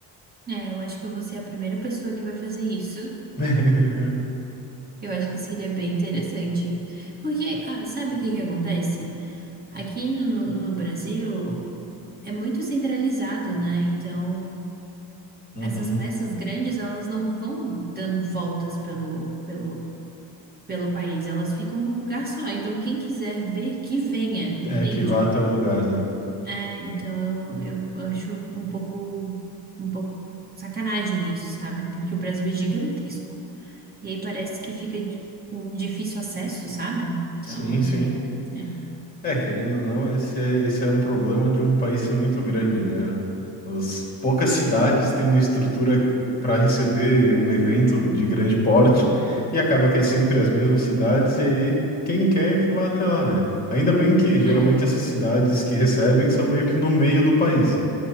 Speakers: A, on the right; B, on the left.
A: É, eu acho que eu vou ser a primeira pessoa que vai fazer isso.
B: <laughs>
A: Eu acho que seria bem interessante. Porque, ah, sabe o que que acontece? Aqui no, no Brasil é muito centralizado, né? Então,
B: Uhum.
A: essas peças grandes, elas não vão dando voltas pelo, pelo, pelo país, elas ficam num lugar só. Então, quem quiser ver, que venha, entende?
B: É, que vá até o lugar, né?
A: É, então, eu, eu acho um pouco, um pouco sacanagem isso, sabe? Porque o Brasil é gigantesco. E aí parece que fica tipo, com difícil acesso, sabe? Então,
B: Sim, sim.
A: é.
B: É, querendo ou não, esse é, esse é um problema de um país ser muito grande, né? As poucas cidades têm uma estrutura para receber um evento de grande porte e acaba que é sempre as mesmas cidades, e aí quem quer que vá até lá, né? Ainda bem que geralmente
A: É, é,
B: essas cidades que recebem são meio que no meio do país.